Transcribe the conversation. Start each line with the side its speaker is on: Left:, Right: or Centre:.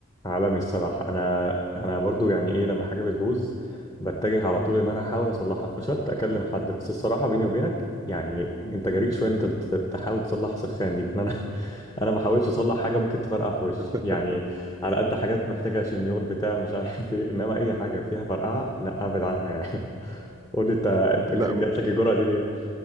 Left: عالمي الصراحه انا انا برضو يعني ايه لما حاجه بتبوظ بتجه على طول ان انا احاول اصلحها فشلت اكلم حد بس الصراحه بيني وبينك يعني انت جريء شويه ان انت ت- تحاول تصلح سخان دي يعني انا <laughs> انا ما حاولتش اصلح حاجه ممكن تفرقع في وشي
Right: <laughs>
Left: يعني على قد حاجات محتاجه شنيور بتاع مش عارف <laughs> ايه انما اي حاجه فيها فرقعه لا ابعد عنها يعني <laughs> قول لي انت انت
Right: لا
Left: جات
Right: م-
Left: لك الجرأه دي ليه